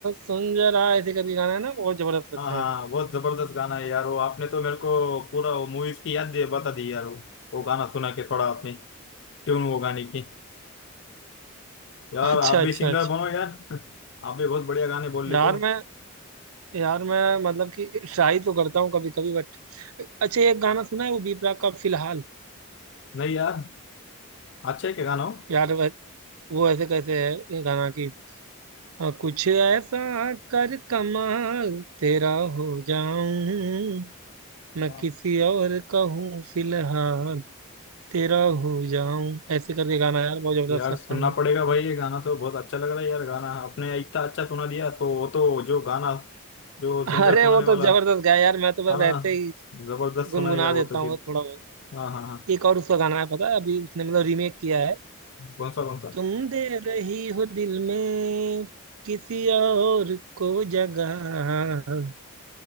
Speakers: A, on the right (about 75°); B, on the left (about 55°).
A: सुन जरा ऐसे करके गाना है ना बहुत जबरदस्त लगता
B: हाँ हाँ
A: है मुझे
B: हाँ, बहुत जबरदस्त गाना है यार वो आपने तो मेरे को पूरा वो मूवीज की याद दे बता दी यार वो वो गाना सुना के थोड़ा आपने ट्यून वो गाने की यार
A: अच्छा
B: आप भी
A: अच्छा
B: सिंगर
A: अच्छा
B: बनो यार <laughs> आप भी बहुत बढ़िया गाने बोल लेते
A: यार
B: हो
A: मैं यार मैं मतलब कि ट्राई तो करता हूँ कभी कभी बट अच्छा एक गाना सुना है वो बी प्राक का फिलहाल
B: नहीं यार अच्छा है क्या गाना
A: यार वह- वो ऐसे कैसे है ये गाना की हाँ कुछ ऐसा कर कमाल तेरा हो जाऊं मैं
B: हो
A: किसी और का हूँ फिलहाल तेरा हो जाऊं ऐसे करके गाना यार बहुत जबरदस्त
B: यार
A: लगता
B: सुनना
A: है मुझे
B: पड़ेगा भाई ये गाना तो बहुत अच्छा लग रहा है यार गाना आपने इतना अच्छा सुना दिया तो वो तो जो गाना जो सिंगर
A: अरे
B: सुनाने
A: वो
B: वाला
A: तो जबरदस्त गाया यार मैं तो बस
B: हाँ ना
A: ऐसे ही
B: जबरदस्त
A: गुनगुना
B: सुनाएगा वो
A: देता
B: तो
A: हूँ
B: फिर
A: थोड़ा बहुत
B: हाँ हाँ हाँ
A: एक और उसका गाना है पता है अभी उसने मतलब रीमेक किया है
B: कौन सा कौन सा
A: तुम दे रही हो दिल में किसी और को जगह